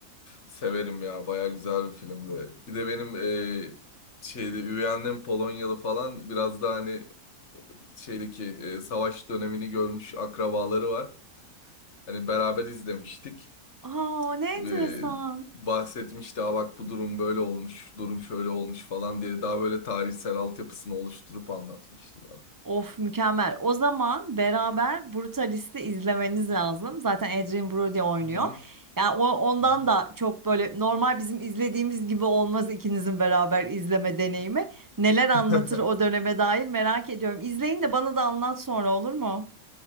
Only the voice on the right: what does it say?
Aa ne
enteresan.
Of mükemmel. O zaman beraber Brutalist'i izlemeniz lazım. Zaten Adrien Brody oynuyor.
Yani o, ondan
da çok böyle normal bizim izlediğimiz gibi olmaz ikinizin beraber izleme deneyimi. Neler anlatır
o döneme dair merak ediyorum. İzleyin de bana da anlat sonra olur mu?